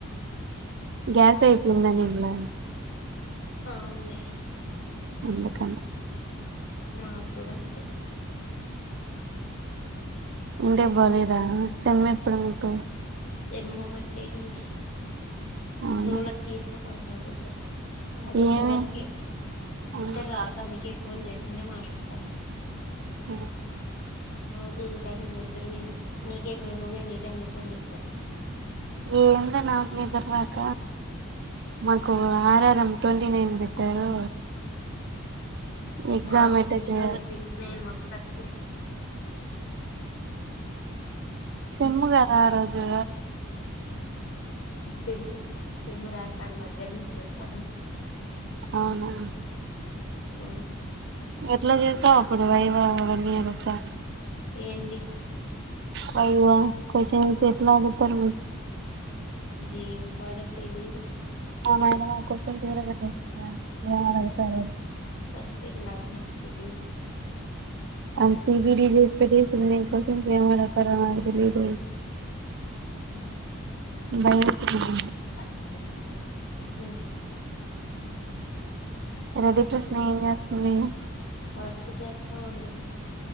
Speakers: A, on the right; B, on the left.
A: గ్యాస్ ఇయిపోంగ్ందనేే ఇలా
B: ఆ ఉనులే
A: అందుకని
B: మాబ్బడ ఉంట
A: ఇంటే బాలేదా చెమ్మ ఇప్పుడు మీకు
B: సింమమండడి నుంచి
A: అవునా
B: దూల తీరుపు తమి ఒక ప్రాజెక్ట్
A: ఏమి
B: వర్క్
A: ఉమ్.
B: ఇద్దరు రాక అందుక ఫోన్ చేసిండే మాట్ పతను
A: అ
B: అదది టైం ఇద్దరుూ నీకేమ నువ్వేమి ఈ టైమ్ లో ఫోన్ చేసాను
A: ఏంద నానే తర్వాక మాకు ఆర్ఆర్ఎం ట్వంటీ నైన్ పెట్టారు ఎగ్జామ్
B: మాకు
A: అట్ట
B: నీకన్నా
A: చే
B: ట్వంటీ నైన్ మాకు థర్టీ
A: చెమ్ము కదా ఆ రోజు
B: చెమ్ముూ చెమ్ముూ రాజపాానికి మధ్యాహ్నం నుంచి పెట్టతనుంట
A: ఆఓ
B: అవు
A: ఎట్లా చేసావు అప్పుడు వైవవన్నీ అడుస్తా
B: ఏంటి
A: కై కస వ ఎలా అ త మీ
B: ఇ ఏం పాడ తెలిదు
A: మా మాలా కొవశ్చన్స్ కూడార పెట్టేస్తుంద ఏమ అడతారుని
B: ఫస్ట్ ఇంగ్ అ మది
A: అ పబడిజస్ పె కోసం ప్రే పరదు లేద
B: పన్న
A: భయమేస్తుంది అ రడ ప్రశ్న ఏం చేస్తు మీను
B: వర్క్ చేస్తా ఉంది